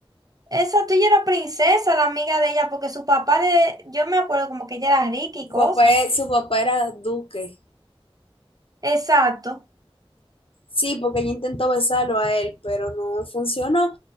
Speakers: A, on the right; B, on the left.
A: Esa tuya era princesa, la amiga de ella, porque su papá de, yo me acuerdo como que ella era rica y
B: Su
A: cosas.
B: papá, e- su papá era duque.
A: Exacto.
B: Sí, porque ella intentó besarlo a él, pero no funcionó.